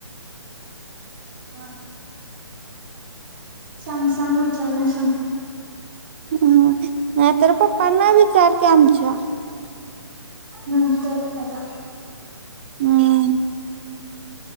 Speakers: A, on the right; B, on the right.
A: हा. सांग सांग विचारून सांग.
B: हम नाहीतर पप्पांना विचार कि आमच्या.
A: नंतर आता.
B: हम्म.